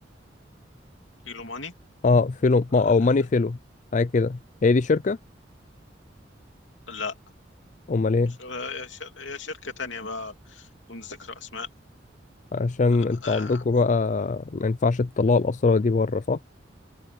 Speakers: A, on the left (about 90°); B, on the left (about 40°).
A: كيلو ماني
B: اه فيلو
A: آه،
B: ما- او ماني فيلو حاجه كده هي دي شركه
A: لا
B: امال ايه
A: شو- يا شر... يا شركة تانية بقى دون ذكر أسماء
B: عشان
A: آه
B: انت عندكم بقى ما ينفعش تطلعوا الاسرار دي بره صح